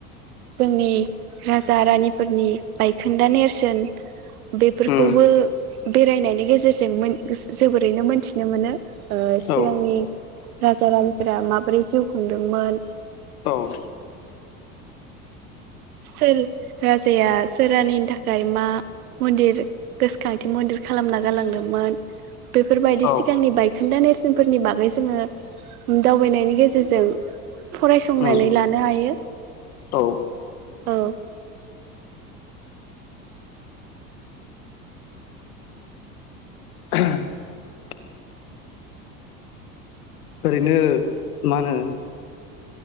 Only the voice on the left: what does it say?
उम
औ
औ
औ
उम
औ
<unintelligible> ओरैनो मा होनो